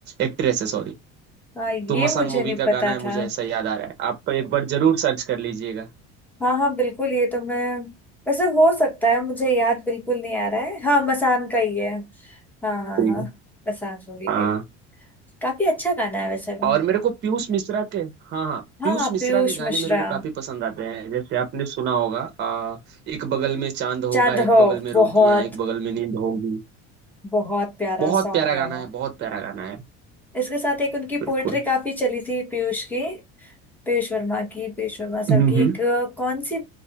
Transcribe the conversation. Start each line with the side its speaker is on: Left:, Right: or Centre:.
Right: एक्ट्रेस है सॉरी
Centre: हाँ ये
Right: तो मसान
Centre: मुझे
Right: मूवी
Centre: नहीं
Right: का
Centre: पता
Right: गाना है
Centre: था
Right: मुझे ऐसा याद आ रहा है आप एक बार जरूर सर्च कर लीजिएगा
Centre: हाँ हाँ बिल्कुल ये तो मैं वैसे हो सकता है मुझे याद बिल्कुल नहीं आ रहा है हाँ मसान का ही है हाँ हाँ
Right: ठीक
Centre: हाँ
Right: है
Centre: मसान मूवी का
Right: हाँ
Centre: ही काफी अच्छा गाना है वैसे वो
Right: और मेरे को पीयूष मिश्रा के हाँ हाँ
Centre: हाँ
Right: पीयूष मिश्रा
Centre: पीयूष
Right: के गाने
Centre: मिश्रा
Right: मेरे को काफी पसंद आते हैं जैसे आपने सुना होगा आ, एक बगल में चांद
Centre: चांद
Right: होगा
Centre: हो
Right: एक बगल में
Centre: बहुत
Right: रोटियां एक बगल में नींद होगी
Centre: बहुत प्यारा
Right: बहुत
Centre: सॉन्ग
Right: प्यारा
Centre: है
Right: गाना
Centre: वो
Right: है बहुत प्यारा गाना है
Centre: इसके साथ एक उनकी
Right: बिल्कुल
Centre: पोएट्री काफी चली थी पीयूष की पीयूष वर्मा की पीयूष वर्मा सर
Right: हम्म
Centre: की
Right: हम्म।
Centre: एक अ, कौन सी